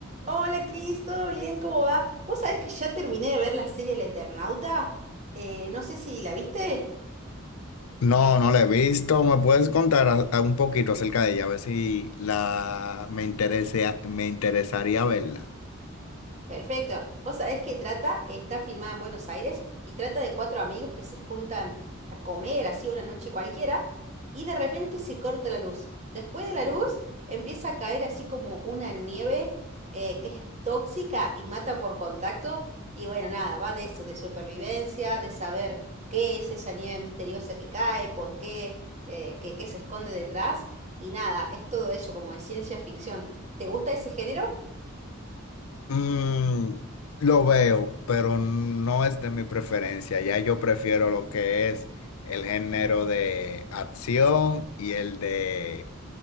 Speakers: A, on the right; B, on the left.
A: Hola Cris, ¿todo bien? ¿Cómo va? Vos sabés que ya terminé de ver la serie El Eternauta. Eh, no sé si la viste.
B: No, no la he visto. ¿Me puedes contar a- a un poquito acerca de ella? A ver si la me interese, me interesaría verla.
A: Perfecto. Vos sabés que trata, está filmada en Buenos Aires y trata de cuatro amigos que se juntan a comer así una noche cualquiera y de repente se corta la luz. Después de la luz empieza a caer así como una nieve eh, que es tóxica y mata por contacto y bueno, nada, va de eso, de supervivencia, de saber qué es esa nieve misteriosa que cae, por qué, eh, qué, qué se esconde detrás y nada, es todo eso como de ciencia ficción. ¿Te gusta ese género?
B: Mm, lo veo, pero no es de mi preferencia. Ya yo prefiero lo que es el género de acción y el de